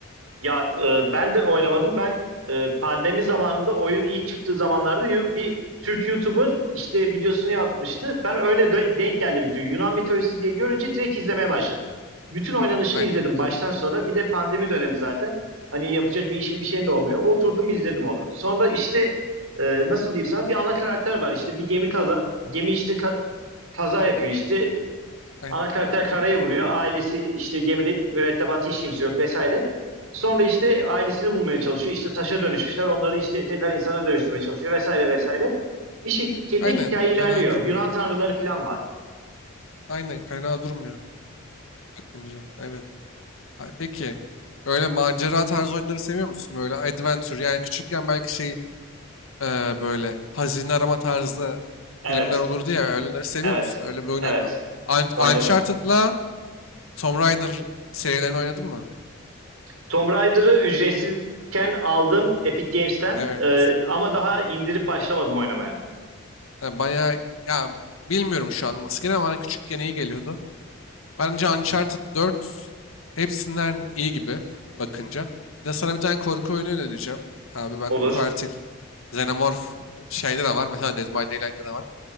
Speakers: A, on the right; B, on the left.
A: Ya e, ben de oynamadım. Ben e, pandemi zamanında oyun ilk çıktığı zamanlarda yu- bir Türk YouTuber işte videosunu yapmıştı. Ben öyle de- denk geldim video. Yunan mitolojisi diye görünce direkt izlemeye başladım. Bütün oynanışını
B: Aynen.
A: izledim baştan sonra. Bir de pandemi dönemi zaten. Hani yapacak bir işim bir şeyim de olmuyor. Oturdum izledim onu. Sonra işte e, nasıl diyeyim sana bir ana karakter var. İşte bir gemi kaza gemi işte ka- kaza yapıyor işte
B: Aynen.
A: Ana karakter karaya vuruyor. Ailesi işte gemide mürettebatı hiç kimse yok vesaire. Sonra işte ailesini bulmaya çalışıyor. İşte taşa dönüşmüşler. Onları işte tekrar insana dönüştürmeye çalışıyor vesaire vesaire. Bir şekilde
B: Aynen.
A: hikaye ilerliyor.
B: Fena durmuyor.
A: Yunan tanrıları falan var.
B: Aynen. Fena durmuyor bakınca. Evet. Ay, Peki. öyle macera tarzı oyunları seviyor musun? Böyle adventure yani küçükken belki şey e, böyle hazine arama tarzı
A: Evet.
B: filmler olurdu ya öyleleri seviyor
A: Evet.
B: musun? Öyle bir oyun
A: Evet.
B: oyna. Un-
A: Oynarım.
B: Uncharted'la Tomb Raider serilerini oynadın mı?
A: Tomb Raider'ı ücretsizken aldım Epic Games'ten.
B: Evet.
A: Ee, ama daha indirip başlamadım oynamaya.
B: Ha, bayağı ya bilmiyorum şu an nasıl geliyor ama bana küçükken iyi geliyordu. Bence Uncharted 4 hepsinden iyi gibi bakınca. Bir de sana bir tane korku oyunu önereceğim. Abi bak
A: Olur.
B: bu katil Xenomorph şeyde de var. Mesela Dead by Daylight'ta da var.